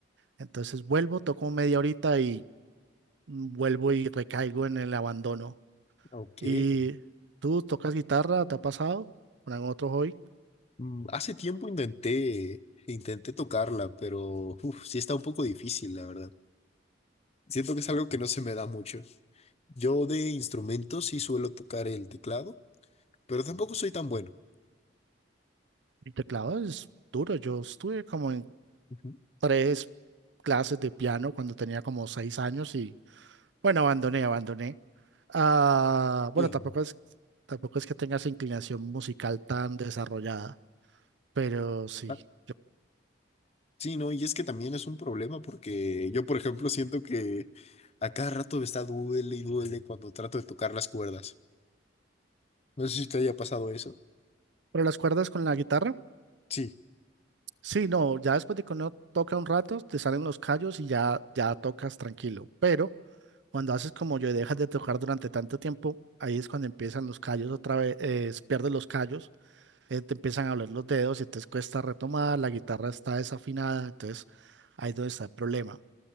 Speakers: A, on the right; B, on the left.
A: Entonces vuelvo, toco media horita y mm, vuelvo y recaigo en el abandono.
B: Okay.
A: ¿Y tú tocas guitarra? ¿Te ha pasado con algún otro hobby?
B: Mm, Hace tiempo intenté, intenté tocarla, pero uf, sí está un poco difícil, la verdad. Siento que es algo que no se me da mucho. Yo de instrumentos sí suelo tocar el teclado, pero tampoco soy tan bueno.
A: el teclado es duro. Yo estuve como en
B: Ujú.
A: tres clases de piano cuando tenía como seis años y bueno, abandoné, abandoné. Ah, bueno,
B: Bien.
A: tampoco es, tampoco es que tenga esa inclinación musical tan desarrollada, pero sí.
B: Ah,
A: yo-
B: Sí, no, y es que también es un problema porque yo, por ejemplo, siento que a cada rato me está duele y duele cuando trato de tocar las cuerdas. No sé si te haya pasado eso.
A: pero las cuerdas con la guitarra,
B: Sí,
A: sí, no, ya después de que uno toca un rato, te salen los callos y ya, ya tocas tranquilo. Pero cuando haces como yo y dejas de tocar durante tanto tiempo, ahí es cuando empiezan los callos otra vez, eh, pierdes los callos, eh, te empiezan a doler los dedos y te cuesta retomar, la guitarra está desafinada, entonces ahí es donde está el problema.